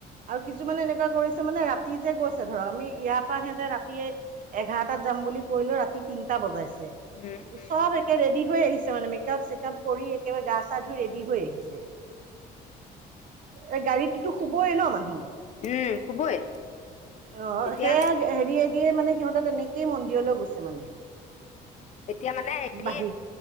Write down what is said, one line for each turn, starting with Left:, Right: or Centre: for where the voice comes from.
Right: আৰু কিছুমানে এনেকুৱা কৰিছে মানে ৰা। ৰাতি যে গৈছে ধৰক আমি ইয়াৰ পৰা সিহতে ৰাতিয় এঘাৰটাত যাম বুলি কলেও ৰাতি তিনটা বজাইছে।
Left: উম উম
Right: চব একে ৰেডি হৈ আহিছে মানে মেকপ চেকপ। কৰি একেবাৰে গা চা ধুই ৰেডি হৈ আহিছে গাড়ীটো। কবই ন মানুহ
Left: উম খুবই
Right: অ
Left: এতিয়া
Right: সেয়া হেৰি মানে। সিহঁততে তেনেকেই মন্দিৰলৈ গৈছে মানে।
Left: এতিয়া মানে হেৰি
Right: বাহিৰ